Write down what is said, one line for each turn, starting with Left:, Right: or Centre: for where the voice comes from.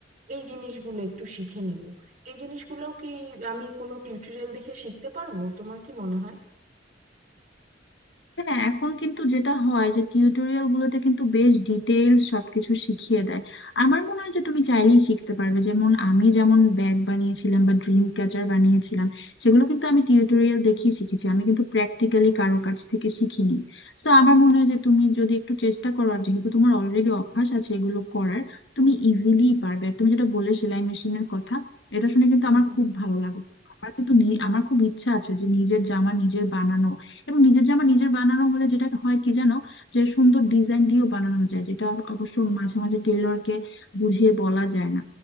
Right: এই জিনিসগুলো একটু শিখে নিব এই জিনিসগুলোও কি আমি কোনো টিউটোরিয়াল দেখে শিখতে পারবো তোমার কি মনে হয়
Left: হ্যাঁ এখন কিন্তু যেটা হয় যে টিউটোরিয়াল গুলোতে কিন্তু বেশ ডিটেইলস সবকিছু শিখিয়ে দেয় আমার মনে হয় যে তুমি চাইলেই শিখতে পারবে যেমন আমি যেমন ব্যাগ বানিয়েছিলাম বা ড্রিম ক্যাচার বানিয়েছিলাম সেগুলো কিন্তু আমি টিউটোরিয়াল দেখেই শিখেছি আমি কিন্তু প্র্যাকটিক্যালি কারো কাছ থেকে শিখিনি তো আমার মনে হয় যে তুমি যদি একটু চেষ্টা করো আর যেহেতু তোমার অলরেডি অভ্যাস আছে এগুলো করার তুমি ইজিলি পারবে আর তুমি যেটা বললে সেলাই মেশিনের কথা এটা শুনে কিন্তু
Right: হুম
Left: আমার
Right: হুম
Left: খুব ভালো লাগলো আমার কিন্তু নি-
Right: হুম
Left: আমার খুব ইচ্ছা আছে যে নিজের জামা নিজের বানানো এবং নিজের জামা নিজের বানানো হলে যেটা হয় কি জানো যে সুন্দর ডিজাইন দিয়েও বানানো যায় যেটা আবার অবশ্য মাঝে মাঝে টেলরকে বুঝিয়ে বলা যায় না